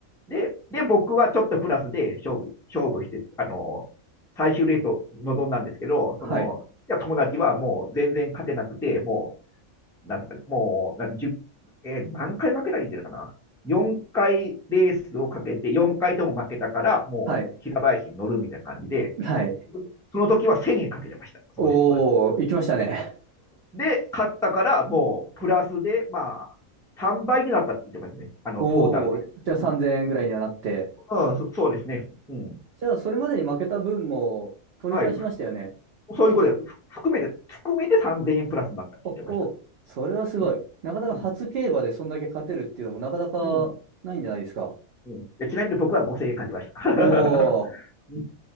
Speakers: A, in the centre; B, on the right.
A: で、で、僕はちょっとプラスで勝負、勝負して、あの、最終レースを臨んだんですけど、
B: はい。
A: その、いや友達はもう全然勝てなくて、もう、なんすかね、もう、なんじゅうえー何回負けたら言ってたかな。4回レースをかけて、4回とも負けたから、もう平林に乗るみたいな感じで、
B: はい。はい。
A: その時は1000円かけてました、その人は。
B: おー、行きましたね。
A: で、勝ったから、もうプラスで、まあ、3倍になったって言ってましたね、あの、
B: おー、
A: トータルで。
B: じゃあ3000円ぐらいにはなって。
A: うんうん、そそうですね。うん。
B: じゃあそれまでに負けた分も取り返しましたよね。
A: はい。そういうことで、ふ含めて、含めて3000円プラスになったって言ってました。
B: お、お、それはすごい。
A: うん。
B: なかなか初競馬でそんだけ勝てるっていうのもなかなかないんじゃないですか。
A: うん。うん。うんでちなみに僕は5000円勝ちました。
B: おー、
A: <laughs>